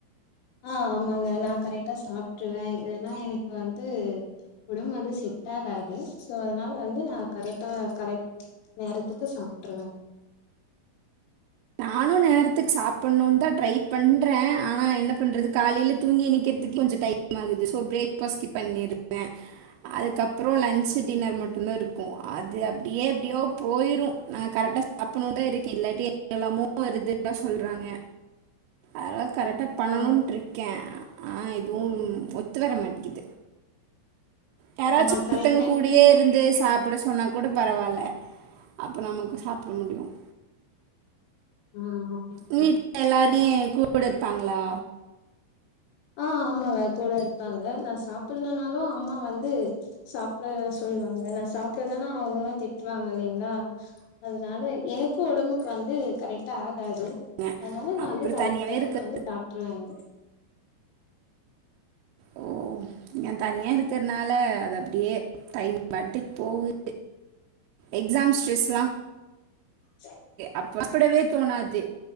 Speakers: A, on the left; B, on the right.
A: ஆஹ் ஆமாங்க நா கரெக்டா சாப்ட்டுருவ ஏன்னா எனக்கு வந்து உடம்பு வந்து செட் ஆகாது ஸோ அதனால வந்து நா கரெக்டா கரெக் நேரத்துக்கு சாப்ட்டுருவ
B: நானு நேரத்துக்கு சாப்ட்ன்னு தா ட்ரை பண்ற ஆனா என்ன பண்றது காலையில தூங்கி எந்திகிறதுக்கு கொஞ்ச டைம் டைம் ஆகுது சோ பிரரேக் ஃபாஸ்ட் ஸ்கிப் பண்ணிருவ அதுக்கப்பற லன்்சு டின்னர் மட்டு்தா இருக்கும் அது அப்டியே எப்டியோ போயிடு நாங்க கரெக்டா சாப்பணு தா இருக்க இல்லாட்டி என்ன எல்லாமோ வருதுல்லா சொல்றாங்க அதுலா கரெக்டா பண்ணணும்ட்டு
A: ஆ
B: இருக்க ஆனா எதுவு ஒத்து வர மாட்டிங்கிது யாராச்சும்
A: ஆமா கரெக்ட்
B: ஒருத்தங்க
A: டைம்க்கு
B: கூடயே இருந்து சாப்ட சொன்னா கூட பரவாயில்ல அப்போ நமக்கு சாப்ட முடியும்
A: ம்
B: வீட்டு்ல எல்லாருமே கூட இருப்பாங்களா
A: ஆஹ் ஆமா கூட இருப்பாங்க நா சாப்புடலனாலு அம்மா வந்து சாப்ட சொல்லுவாங்க நா சாப்பு டதானா ஆவுனு இல்லன்னா திட்டுராங்க இல்லிங்களா அதனால எனக்கும் உடம்புக்கு வந்து கரெக்டா ஆகாது
B: ங்க
A: அதனால நா
B: அப்புறோ
A: வந்து கரெக்ட்
B: தனியாவே
A: டைமுக்கு
B: இருக்க
A: வந்து சாப்பிட்டுருவேங்க
B: ஓ நா தனியா இருக்கிறதுனால அது அப்டியே டைம் பாட்டுக்கு போகு எக்ஸாம் ஸ்ட்ரெஸ்லா
A: சரி
B: அப்ப சாப்டவே தோணாது